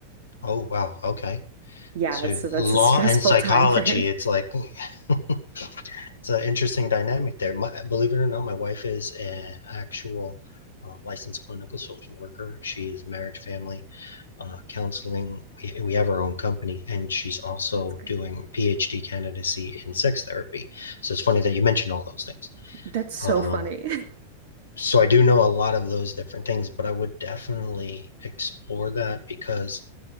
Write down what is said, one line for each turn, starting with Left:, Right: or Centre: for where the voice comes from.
Left: Oh, wow. Okay.
Right: Yeah,
Left: So
Right: so that's
Left: law
Right: a <laughs> stressful
Left: and psychology,
Right: time for him.
Left: it's like <laughs> it's an interesting dynamic there. My, believe it or not, my wife is an actual uh, licensed clinical social worker. She is marriage, family uh, counseling. We, we have our own company, and she's also
Right: That's great.
Left: doing PhD candidacy in sex therapy. So it's funny that you mentioned all those things.
Right: That's so
Left: Um,
Right: funny. <laughs>
Left: so I do know a lot of those different things, but I would definitely explore that because,